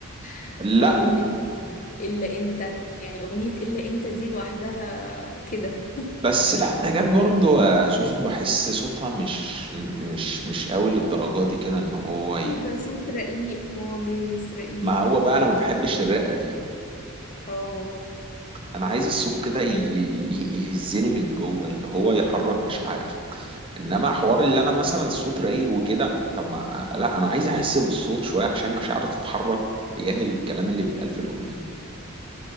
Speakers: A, on the left; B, on the right.
A: <laughs>
B: لا
A: عيون
B: م-
A: القلب الا انت يعني اغنيه الا انت دي لوحدها كده
B: بس لا نجاة برضو آه، زوزو بحس صوتها مش م- مش مش قوي للدرجة دي كده إن هو ي...
A: إيه ده صوت رقيق خالص رقيق
B: ما هو بقى أنا ما بحبش
A: <laughs>
B: الرقة دي
A: اه
B: أنا عايز الصوت
A: أنت
B: كده ي- ي-
A: عايز-
B: يهزني من جوه اللي هو يحرك مشاعري انما حوار اللي انا مثلا الصوت رايق وكده طب ما لا انا عايز احس بالصوت شويه عشان مشاعري تتحرك تجاه الكلام اللي بيتقال في الاغنيه